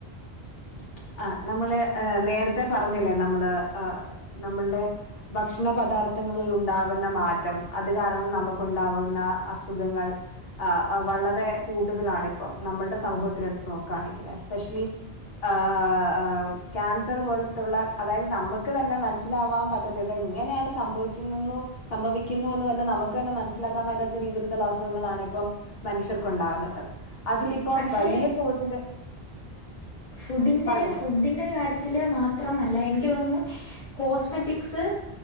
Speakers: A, on the left (about 65°); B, on the left (about 35°).
A: <inaudible> ആ നമ്മളെ നേരത്തെ പറഞ്ഞില്ലേ നമ്മള് ആ നമ്മളുടെ ഭക്ഷണ പദാർഥ ത്തങ്ങളിൽ ഉണ്ടാവുന്ന മാറ്റം അത് കാരണം നമുക്കുണ്ടാവുന്ന അസുഖങ്ങൾ വളരെ കൂടുതലാണിപ്പം നമ്മളുടെ സമൂഹത്തിനടുത്ത് നോക്കുകയാണെങ്കിൽ എസ്പെഷ്യലി ആാാാാ ആ ക്യാൻസറു പോലത്തുള്ള അതായത് നമുക്ക് തന്നെ മനസ്സിലാവാൻ പറ്റാ ത്ത ഇതെങ്ങനെ എങ്ങനെയാണ് സംഭവിക്കുന്നെന്നോ സംഭവിക്കുന്നു എന്ന് നമുക്ക് തന്നെ മനസിലാക്കാൻ പറ്റാത്ത രീതീ ലത്തുള്ള അസുഖങ്ങളാണ് ഇപ്പം മനുഷ്യർക്കുണ്ടാവുന്നത് അതിലി പ്പം
B: പക്ഷേ
A: വലിയ തോതില്
B: ഫുഡിന്റെ
A: പറഞ്ഞോളൂ
B: ഫുഡിന്റെ കാര്യത്തില് മാത്രമ അല്ല എനിക്കു തോന്നുന്നു കോസ്മെറ്റിക്സ്